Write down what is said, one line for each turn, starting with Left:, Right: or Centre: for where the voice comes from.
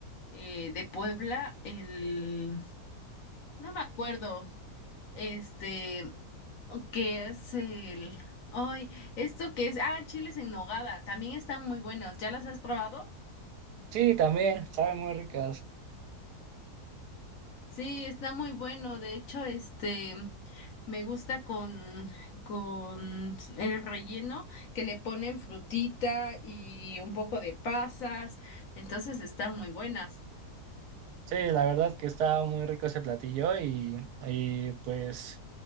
Left: eh, de Puebla, el, no me acuerdo. Este, ¿Qué es el...? Ay, ¿esto qué es? Ah, chiles en nogada. También están muy buenos. ¿Ya las has probado?
Right: Sí, también, saben muy ricas.
Left: Sí, está muy bueno. De hecho, este, me gusta con, con el relleno que le ponen frutita y un poco de pasas. Entonces están muy buenas.
Right: Sí, la verdad que estaba muy rico ese platillo y, y pues